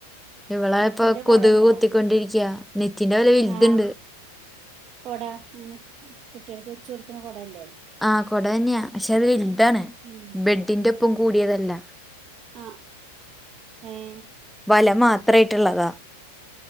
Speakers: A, in the centre; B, on the right (about 35°).
A: ഇവളെ
B: നെറ്റിന്റെ
A: ഇപ്പൊ കൊതുക്
B: കൊട ഉണ്ടോ
A: കുത്തി കൊണ്ടിരിക്കാ നെറ്റിന്റെ ഒരു ഇതുണ്ട്
B: ആ കൊട അങ്ങനെ കുട്ടികൾക്ക് വെച്ച് കൊടുക്കണ കൊടയില്ലേ
A: ആ കൊട തന്നെയാ പക്ഷെ അത് വലുതാണ്
B: ഉം
A: ബെഡിന്റെ ഒപ്പം കൂടിയതല്ല
B: ആഹ് ഏഹ്
A: വല മാത്രായിട്ടുള്ളതാ